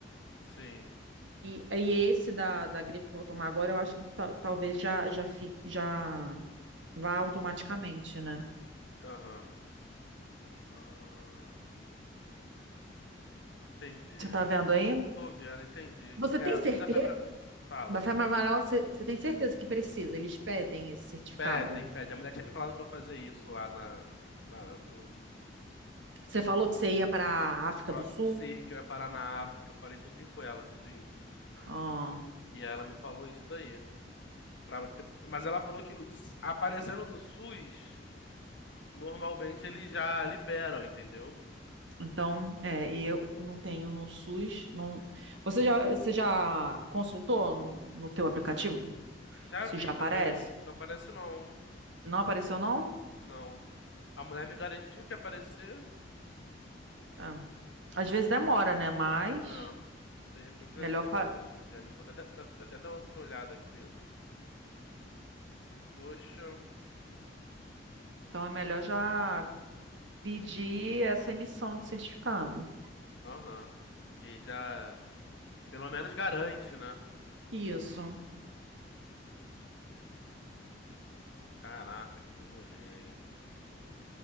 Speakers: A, on the left; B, on the right.
A: Sim,
B: e, e esse da, da gripe que eu vou tomar agora, eu acho que ta- talvez já, já, fique, já vá automaticamente, né?
A: aham. Ah, entendi.
B: Você tá vendo aí?
A: Tô vendo, entendi.
B: Você
A: É,
B: tem certeza?
A: o da febre. Fala.
B: Café Marmarol, você você tem certeza que precisa? Eles pedem esse certificado.
A: Pedem, pedem. A mulher tinha me falado pra eu fazer isso lá na. na- no,
B: Você falou que você ia para a África
A: pra-
B: do Sul?
A: sim, que eu ia parar na África. Eu falei tudinho com ela, tudinho.
B: Ah,
A: E aí ela me falou isso daí. Pra- ter- Mas ela falou que os- aparecendo no SUS, normalmente eles já liberam, entendeu?
B: então, é, e eu não tenho no SUS. Não... Você já, você já consultou no, no teu aplicativo?
A: Já
B: Se
A: vi
B: já aparece?
A: também. Não aparece não.
B: Não apareceu, não?
A: Não. A mulher me garantiu que ia aparecer.
B: Ah, Às vezes demora, né? Mas
A: Ah, de repente
B: melhor
A: deve ser
B: fa-
A: alguma coisa do gênero. Vou até, até- até dar outra olhada aqui. Poxa.
B: então é melhor já pedir essa emissão de certificado.
A: Aham. Que já. Pelo menos garante, né?
B: Isso.
A: Caraca, que rolê, hein?